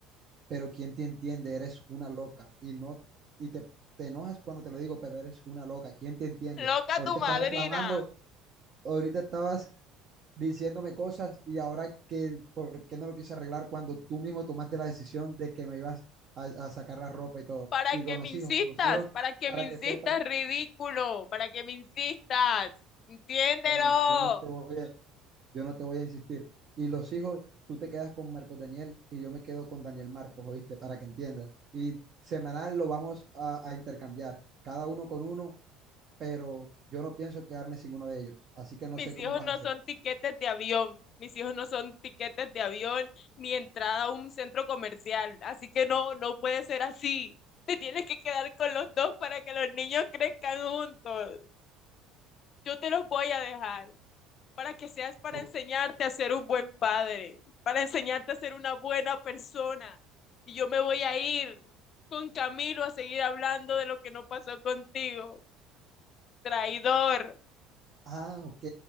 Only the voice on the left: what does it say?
Loca
tu madrina.
para
que
me
insistas,
para que
me insistas,
ridículo, para que me insistas, entiéndelo.
Mis
hijos
no
son tiquetes de avión, mis hijos no son tiquetes de avión ni entrada a un centro comercial, así que no, no puede ser así. Te tienes que quedar con los dos para que los niños crezcan juntos. Yo te los voy a dejar. para que seas para
enseñarte a ser un buen padre, para enseñarte a ser una buena persona. Y yo me voy a ir con Camilo a seguir hablando de lo que no pasó contigo. Traidor.